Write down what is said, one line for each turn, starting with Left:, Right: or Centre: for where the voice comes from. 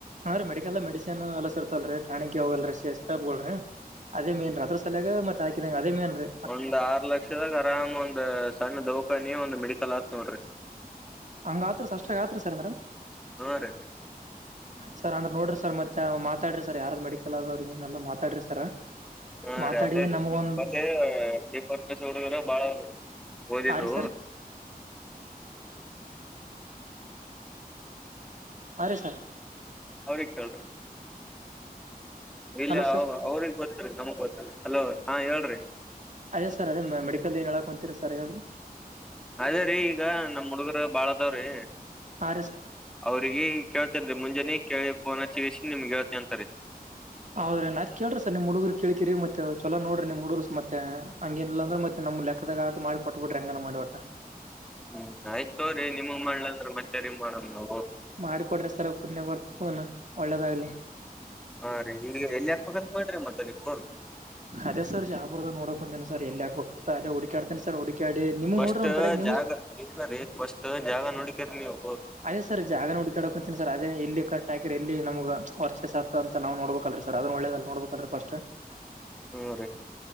Right: ಅಂದ್ರೆ ಮೆಡಿಕಲ್ಲ್ಲ ಮೆಡಿಸನ್ ಎಲ್ಲಾರ್ತಲ್ರರಿ ಟಾಣಿ ಹೋಗಲ್ರಿ ಸ ಸಪ್ಲ್ರಿ. ಅದೇ ಮೇನ್ ಅದ್ರಸಲಾಗ ಮತ್ ಹಾಕಿದಂಗ ಅದೇ ಮೇನ್ರೀ.
Centre: ಒಂದ್ ಆರ್ ಲಕ್ಷದಾಗ ಆರಾಮ ಒಂದ್ ಸಣ್ಣ ದೌಖಾನಿ ಒಂದ್ ಮೆಡಿಕಲ್ ಆತ್ ನೋಡ್ರಿ.
Right: ಹಂಗ ಆತ್ಸರ್ ಅಷ್ಟಾಗ ಆತ್ರಿ ಸರ್ ಅಂದ್ರ.
Centre: ಹಾ ರೀ <unintelligible>
Right: ಸರ್ ಅಂದ್ರ ನೋಡ್ರಿ ಸರ್ ಮತ್ತೆ ಮಾತಾಡ್ರಿ ಸರ್ ಯಾರ್ದ ಮೆಡಿಕಲ್ ಆದದ್ ಏನಲ್ಲ ಮಾತಾಡ್ರರಿ ಸರ್.
Centre: ಹಾ
Right: ಮಾತಾಡಿ
Centre: ರೀ ಅಲ್ಲೇ
Right: ನಮ್ಗೊಂದ್
Centre: ಮತ್ತೆ ಪರಮೇಶ್ ಅವರ್ರ ಬಾಳ ಓದಿದ್ದು
Right: ಆ ರೀ ಸರ್ ಹಾರೀ ಸರ್.
Centre: ಅವ್ರಿಗೆ ಕೇಳ್ರಿ. ಇಲ್ಲ
Right: ಹಲೋ ಸರ್
Centre: ಅವ್ರಗ್ ಗೊತ್ತರಿ ನಮಗ್ ಗೊತ್ತ ಹಲೋ ಹಾ ಹೇಳ್ರಿ
Right: ಅದೇ ಸರ್ ಅದೆ ಮೆಡಿಕಲ್ ಏನೋಹೇಳಕ್ಕಂತೀರಿ ಸರ್ ಹೇಳ್ರಿ
Centre: ಅದೇರೀ ಈಗ ನಮ್ ಹುಡುಗರ ಬಾಳದಾವ್ರೀ.
Right: ಹರೀ ಸರ್.
Centre: ಅವ್ರಿಗೆ ಕೇಳ್ತೇನ್ ರೀ ಮುಂಜಾನೆ ಕೇಳಿ ಫೋನ್ ಹಚ್ಚಿಸಿ ನಿಮ್ಗೆ ಹೇಳ್ತೇ ಅಂತಾರೆರಿ.
Right: ಹೌದ್ರೀ ನಾತ್ ಕೇಳ್ರಿ ಸರ್ ನಿಮ್ಮ ಹುಡುಗರು ಕಳ್ತಿರಿ ಮತ್ತ ಚಲೋ ನೋಡಿ ನಿಮ್ ಹುಡುಗರುರ್ ಮತ್ತೆ ಹಂಗೇನಿಲ್ಲ ಅಂದ್ರ ಮತ್ತೆ ನಮ್ಮ ಲೆಕ್ಕದಾಗ ಆಟ ಮಾಡಿ ಕೊಟ್ಬ ಬಿರಿ ಹೆಂಗನ ಮಾಡಿ ಒಟ್ಟ.
Centre: ಹ್ಮ್ ಆಯ್ತ್ರಿ ನಿಮ್ಮಗೆ ಮಾಡ್ಲಂಗ್ರ ಮತ್ತರಿ ಮಾಡಮ ನಾವು.
Right: ಮಾಡಕೊಡ್ರೆ ಸರ್ ಪುಣ್ಯ ಬರ್ತ ಒಳ್ಳೆದಾಗ್ಲಿ.
Centre: ಹಾ ರೀ ಈಗ ಎಲ್ಲಿ ಹಾಕ್ಬೇಕಂತ ಮಾಡ್ರಿ ಮತ್ತ ನೀವು.
Right: ಅದೇ ಸರ್ ಜಾವರ್ದ ನೋಡಕ್ ಬಂದಂತಿನನ ಸರ್ ಎಲ್ಲಿ ಆಗ್ಬೋುದು. ಅದೇ ಹುಡಕಾಡ್ತೇ ಸರ್ ಹುಡಕಾಡಿ ನೀ
Centre: ಫಸ್ಟ್
Right: ನೋಡ್ರ ಒಂದು ಕಡೆಗ್ ನಿಮ್.
Centre: ಜಾಗ ಇಲ್ಲ ರೀ ಫಸ್ಟ್ ಜಾಗ ನೋಡಿಕರಿ ನೀವು.
Right: ಅದೇ ಸರ್ ಜಾಗನ ಹುಡುಕಾಡಕ ಹೊಂತಿನಿ ಸರ್ ಅದೇ ಎಲ್ಲಿ ಕರೆಕ್ಟ್ ಹಾಕಿರ ಎಲ್ಲಿ ನಮಗೆ ವರ್ಚೇಸ್ ಆತಂತ. ನಾ ನೋಡ್ಬೇಕಲ್ರಿ ಸರ್ ಅದ ಒಳ್ಳೇದಲ್ಲ ನೋಡ್ಬೇಕಲ್ರಿ ಫಸ್ಟ್.
Centre: ಹುನ್ರಿ.